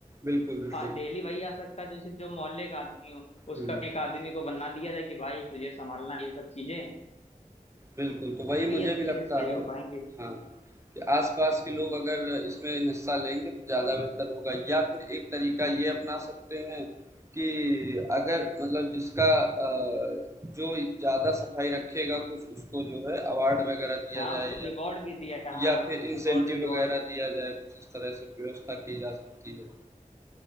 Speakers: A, on the right; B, on the left.
A: बिल्कुल बिल्कुल
B: डेली वही आ सकता है जैसे जो मोहल्ले का आदमी हो उसका
A: हम्म
B: एक आदमी को बना दिया जाए कि भाई तुझे संभालना है ये सब चीजें
A: बिल्कुल, तो वही
B: तभी
A: मुझे
B: ये सब
A: भी
B: चीजें
A: लगता
B: सही
A: है
B: हो पाएंगे
A: हाँ, कि आस-पास के लोग अगर इसमें हिस्सा लेंगे तो ज़्यादा बेहतर होगा या फिर एक तरीका ये अपना सकते हैं कि अगर मतलब जिसका अ, जो ज़्यादा सफाई रखेगा कुछ उसको जो है अवार्ड वगैरह दिया
B: हाँ
A: जाए
B: उसको रिवॉर्ड
A: या
B: भी दिया हाँ
A: या फिर
B: Reward
A: इंसेंटिव
B: reward
A: वगैरह दिया जाए, कुछ इस तरह से व्यवस्था की जा सकती है।